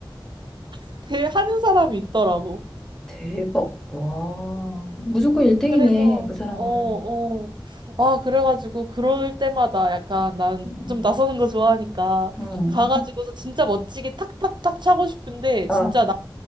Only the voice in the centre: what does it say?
대박. 와, 무조건 1등이네,
그 사람은.
음,
음.
아,